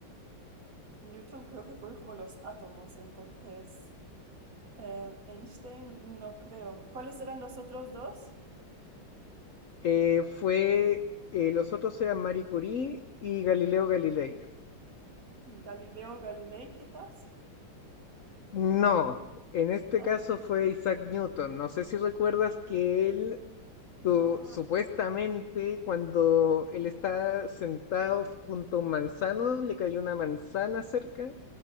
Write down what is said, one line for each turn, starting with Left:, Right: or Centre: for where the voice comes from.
Right: Newton creo que fue como los átomos, entonces eh, Einstein no creo. ¿Cuáles eran los otros dos?
Left: Eh, fue, eh, los otros eran Marie Curie y Galileo Galilei.
Right: Galileo Galilei quizás,
Left: No, en este
Right: ¿no?
Left: caso fue Isaac Newton. No sé si recuerdas que él tu-
Right: Ah,
Left: supuestamente cuando él está sentado junto a un manzano, le cayó una manzana cerca